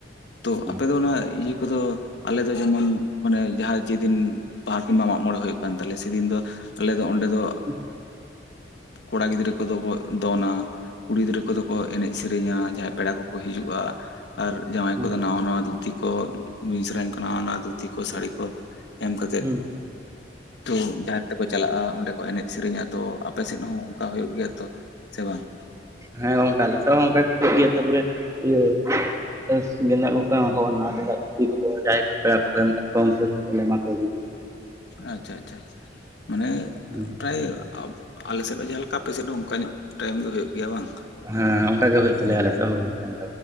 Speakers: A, on the left (about 70°); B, on the right (about 15°).
A: ᱛᱚ
B: ᱦᱩᱸ
A: ᱟᱯᱮ ᱫᱚ ᱚᱱᱟ ᱤᱭᱟᱹ ᱠᱚᱫᱚ ᱟᱞᱮ ᱫᱚ ᱡᱮᱢᱚᱱ ᱢᱟᱱᱮ ᱡᱟᱦᱟᱸ ᱡᱮᱫᱤᱱ ᱵᱟᱦᱟ ᱠᱤᱝᱵᱟ ᱢᱟᱜᱽ ᱢᱚᱬᱮ ᱦᱩᱭᱩᱜ ᱠᱟᱱ ᱛᱟᱞᱮ ᱥᱮᱫᱤᱱ ᱫᱚ ᱟᱞᱮ ᱫᱚ ᱚᱸᱰᱮ ᱫᱚ
B: <inaudible>
A: ᱠᱚᱲᱟ ᱜᱤᱫᱽᱨᱟᱹ ᱠᱚᱫᱚ ᱵᱚ ᱫᱚᱱᱟ, ᱠᱩᱲᱤ ᱜᱤᱫᱽᱨᱟᱹ ᱠᱚᱫᱚ ᱠᱚ ᱮᱱᱮᱡ ᱥᱮᱨᱮᱧᱟ ᱡᱟᱦᱟᱸᱭ ᱯᱮᱲᱟ ᱠᱚᱠᱚ ᱦᱤᱡᱩᱜᱼᱟ, ᱟᱨ ᱡᱟᱶᱟᱭ
B: ᱦᱩᱸ
A: ᱠᱚᱫᱚ ᱱᱟᱣᱟ ᱱᱟᱣᱟ ᱫᱷᱩᱛᱤ ᱠᱚ ᱢᱤᱥᱨᱟᱧ ᱠᱚ ᱱᱟᱶᱟ ᱱᱟᱶᱟ ᱫᱷᱩᱛᱤ ᱠᱚ ᱥᱟᱹᱲᱤ ᱠᱚ ᱮᱢ ᱠᱟᱛᱮᱫ
B: ᱦᱩᱸ
A: ᱛᱚ ᱡᱟᱦᱮᱨ ᱛᱮᱠᱚ ᱪᱟᱞᱟᱜᱼᱟ᱾ ᱚᱸᱰᱮ ᱠᱚ ᱮᱱᱮᱡ ᱥᱮᱨᱮᱧᱟ᱾ ᱛᱚ ᱟᱯ ᱥᱮᱫ ᱦᱚᱸ, ᱚᱱᱠᱟ ᱦᱩᱭᱩᱜ ᱜᱮᱭᱟ ᱛᱚ ᱥᱮ ᱵᱟᱝ?
B: ᱦᱮᱸ <unintelligible> ᱚᱱᱠᱟᱞᱮ ᱚᱱᱠᱟ ᱴᱤᱠ <unintelligible> ᱜᱮᱭᱟ ᱛᱟᱯᱚᱨᱮ ᱤᱭᱟᱹ <unintelligible> ᱜᱮᱸ <unintelligible> ᱮᱢᱟᱱᱟᱜ ᱡ ᱱᱟᱳᱭᱟ ᱫᱷᱩᱛᱤ ᱠᱚᱫᱚ ᱡᱟᱦᱟᱸᱭ ᱠᱚ ᱯᱮᱲᱟ ᱠᱚ ᱮᱢ ᱠᱚ ᱮᱢᱟ ᱠᱚ
A: ᱟᱪᱪᱷᱟ ᱟᱪᱪᱷᱟ, ᱢᱟᱱᱮ
B: ᱜᱮᱭᱟ
A: ᱯᱨᱟᱭ <unintelligible> ᱟᱞᱮ ᱥᱮᱫ ᱦᱚᱸ ᱡᱟᱦᱟᱸᱮ ᱞᱮᱠᱟ, ᱟᱯᱮ ᱥᱮᱫ ᱦᱚᱸ ᱚᱱᱠᱟ ᱧᱚᱜ ᱴᱟᱭᱤᱢ ᱜᱮ ᱦᱩᱭᱩᱜ ᱜᱮᱭᱟ ᱵᱟᱝ?
B: ᱦᱮᱸ, ᱚᱱᱠᱟ ᱜᱮ ᱦᱩᱭᱩᱜ
A: ᱚ
B: ᱛᱟᱞᱮᱭᱟ ᱟᱞᱮᱫ ᱦᱚᱸ ᱜᱚᱝᱠᱮ᱾ ᱚᱱᱠ